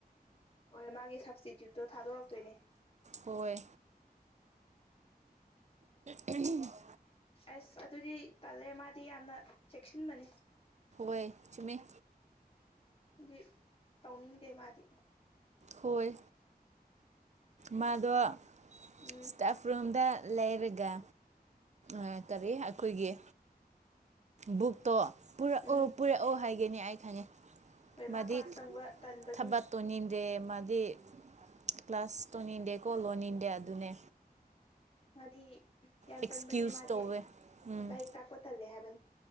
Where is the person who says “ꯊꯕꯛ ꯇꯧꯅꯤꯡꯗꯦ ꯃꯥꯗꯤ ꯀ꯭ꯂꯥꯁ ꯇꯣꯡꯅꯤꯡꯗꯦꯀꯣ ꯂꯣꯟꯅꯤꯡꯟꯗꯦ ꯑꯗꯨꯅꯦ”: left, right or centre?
Right